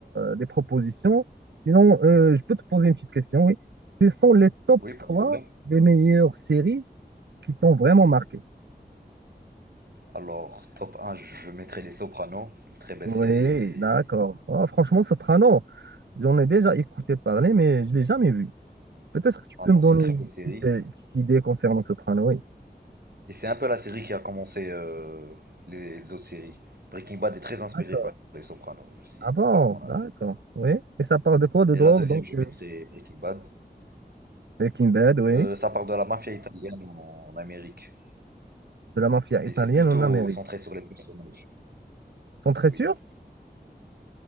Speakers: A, on the right; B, on the right.
A: des propositions. Sinon, euh, je peux te poser une petite question, oui. Quels sont les top
B: Oui, pas
A: 3
B: de problème.
A: des meilleures séries qui t'ont vraiment marqué?
B: Alors, top un, je mettrai Les Sopranos, une très belle
A: Oui,
B: série. Et...
A: d'accord. Ah, franchement, Soprano, j'en ai déjà écouté parler, mais je ne l'ai jamais vu. Peut-être que tu
B: Ah
A: peux
B: non,
A: me
B: c'est
A: donner
B: une très
A: une
B: belle série.
A: petite, euh, une petite idée concernant Soprano, oui.
B: Et c'est un peu la série qui a commencé euh, les autres séries. Breaking Bad est très inspiré
A: D'accord.
B: par Les Sopranos, si
A: Ah bon,
B: tu me demandes
A: d'accord.
B: un avis.
A: Oui. Et ça parle de quoi? De
B: Et
A: drogue,
B: la deuxième,
A: donc?
B: je
A: euh,
B: mettrais Breaking Bad.
A: Breaking Bad, oui.
B: Heu, ça parle de la mafia italienne en en Amérique,
A: De la mafia
B: mais
A: italienne
B: c'est plutôt
A: en Amérique.
B: centré sur les personnages,
A: T'en très
B: oui,
A: sûr?